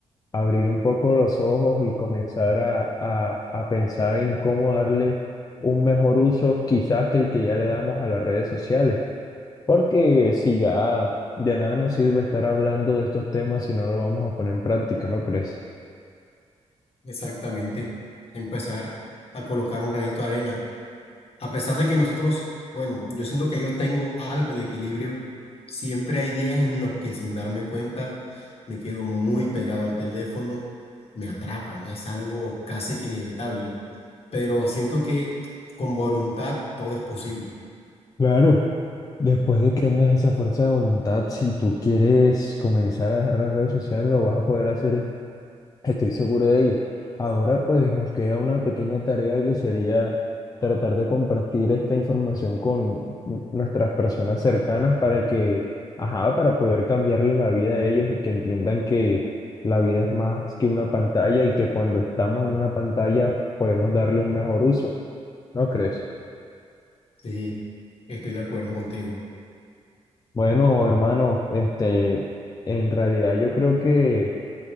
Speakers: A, on the left (about 30°); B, on the left (about 55°).
A: abrir un poco los ojos y comenzar a, a, a pensar en cómo darle un mejor uso quizás que el que ya le damos a las redes sociales. Porque si ya de nada nos sirve estar hablando de estos temas si no lo vamos a poner en práctica, ¿no crees?
B: Exactamente, empezar a colocar un granito de arena. A pesar de que nosotros, bueno, yo siento que yo tengo algo de equilibrio, siempre hay días en los que sin darme cuenta me quedo muy pegado al teléfono, me atrapan, es algo casi que inevitable, pero siento que con voluntad todo es posible.
A: Claro. Después de que tengas esa fuerza de voluntad, si tú quieres comenzar a dejar las redes sociales, lo vas a poder hacer, estoy seguro de ello. Ahora pues nos queda una pequeña tarea que sería tratar de compartir esta información con n- nuestras personas cercanas para que, ajá, para poder cambiarles la vida a ellos y que entiendan que la vida es más que una pantalla y que cuando estamos en una pantalla podemos darle un mejor uso. ¿No crees?
B: Sí, estoy de acuerdo contigo.
A: Bueno, hermano, este, en realidad yo creo que,